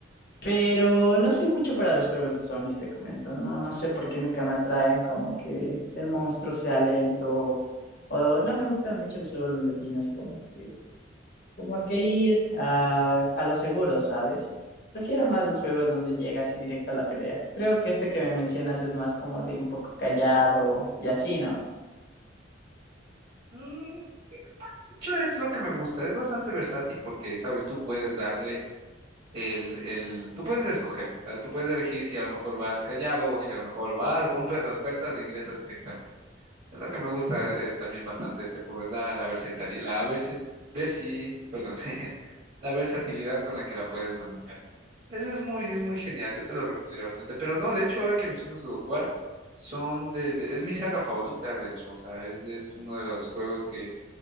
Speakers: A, on the left; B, on the right.
A: Pero no soy mucho para los juegos de zombies, te comento. No, no sé por qué nunca me atraen, como que el monstruo sea lento. O no me gustan mucho los juegos donde tienes como que como que ir a, a lo seguro, ¿sabes? Prefiero más los juegos donde llega así directo a la pelea. Creo que este que me mencionas es más como de ir un poco callado y así, ¿no?
B: Mm, sí, mucho es lo que me gusta, es bastante versátil porque, sabes, tú puedes darle el, el, tú puedes escoger, o sea, tú puedes elegir si a lo mejor vas callado o si a lo mejor vas, rompes las puertas e ingresas directamente. Es lo que me gusta eh, también bastante de este juego, es la, la versatilidad, la versi, versi- perdón, <laughs> la versatilidad con la que la puedes manejar. Ese es muy, es muy genial, yo te lo recomendaría bastante. Pero no, de hecho, ahora que mencionas God of War, son de, de- es mi saga favorita, de hecho, o sea, es, es uno de los juegos que